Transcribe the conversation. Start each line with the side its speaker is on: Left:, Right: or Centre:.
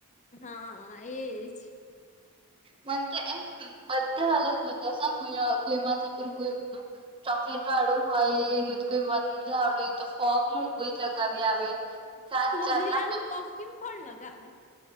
Left: હા એજ
Right: મને તો એમ બધા અલગ અલગ હશે કોઈ કોઈ માંથી પેલુ કોઈ ચોકલેટ વાળું હોય એ તો કોઈ વનીલા વાળું હોય તો ફોગનું જ કોઈ લગાવી આવે જાત જાતના
Left: વનીલાનું પરફ્યુમ કોણ લગાવે